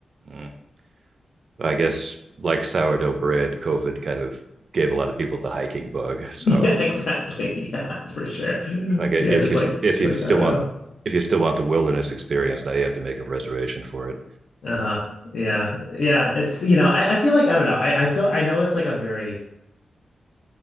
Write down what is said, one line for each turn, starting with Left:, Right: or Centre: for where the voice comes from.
Right: Mm. I guess like sourdough bread, COVID kind of gave a lot of people the hiking bug. So
Left: Yeah, exactly. Yeah, for sure.
Right: like uh,
Left: Yeah,
Right: if
Left: just
Right: you
Left: like just
Right: if you
Left: like
Right: still
Left: sourdough.
Right: want if you still want the wilderness experience, now you have to make a reservation for it.
Left: Uh-huh. Yeah. Yeah. It's, you know, I, I feel like I don't know. I, I feel I know it's like a very